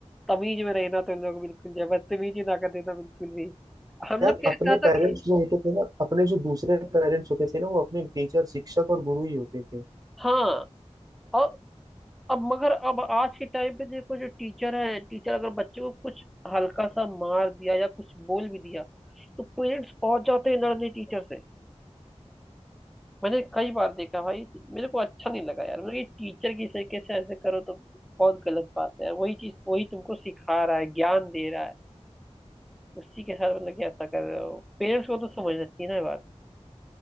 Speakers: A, in the centre; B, on the right.
A: तमीज में रहना तुम लोग बिल्कुल जो है, बदतमीजी ना कर देना बिल्कुल भी हम लोग
B: यार
A: कहता
B: अपने पेरेंट्स
A: था कि
B: जो होते थे ना अपने जो दूसरे पेरेंट्स होते थे ना वो अपने टीचर शिक्षक और गुरु ही होते थे
A: हाँ और अब मगर अब आज के टाइम पे देखो जो टीचर है टीचर अगर बच्चे को कुछ हल्का सा मार दिया या कुछ बोल भी दिया तो पेरेंट्स पहुंच जाते हैं लड़ने टीचर से मैंने कई बार देखा भाई मेरे को अच्छा नहीं लगा यार मतलब ये टीचर की तरीके से ऐसे करो तो बहुत गलत बात है वही चीज वही तुमको सिखा रहा है ज्ञान दे रहा है उसी के साथ मतलब कि ऐसा कर रहे हो पेरेंट्स को तो समझना चाहिए ना ये बात